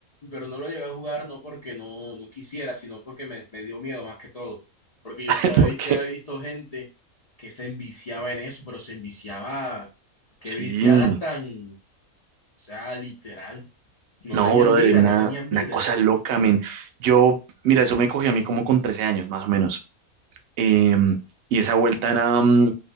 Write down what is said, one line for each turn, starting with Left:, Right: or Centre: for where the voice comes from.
Left: pero no lo llegué a jugar no porque no, no quisiera, sino porque me, me dio miedo más que todo. Porque yo
Right: <laughs>
Left: sí había,
Right: ¿Por qué?
Left: sí había visto gente que se enviciaba en eso, pero se enviciaba, qué
Right: Sí.
Left: viciadas tan, o sea, literal, no
Right: No,
Left: tenían
Right: brother,
Left: vida,
Right: es una,
Left: no tenían vida.
Right: una cosa loca, men. Yo, mira, eso me cogí a mí como con 13 años, más o menos. Em, y esa vuelta era, mm,